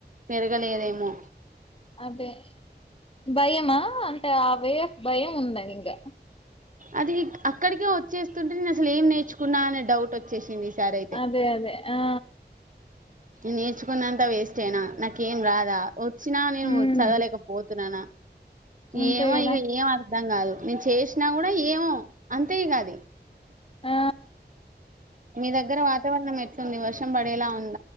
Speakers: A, on the right; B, on the left.
A: మరు <unintelligible> క లేదేమో
B: అదే భయమా అంటే అవే భయం ఉందని ఇంకా
A: అది అక్కడికే వచ్చేస్తుంటే నేను అసలు ఏం నేర్చుకున్నా అనే డౌట్ వచ్చేసింది ఈసారి అయితే
B: అదే అదే ఆ
A: నేర్చుకున్నంత వేస్ట్ేనా నాకేం రాదా వచ్చినా నేను
B: ఉమ్
A: చదవలేకపోతున్నానా
B: అంతే
A: ఏమో
B: కదా
A: ఇక ఏం అర్ధం కాదు నేను చేసినా కూడా ఏమో అంతే ఇక అది
B: ఆ
A: మీ దగ్గ వాతావరణం ఎ కొొన్ని వర్షం పడేలా ఉంది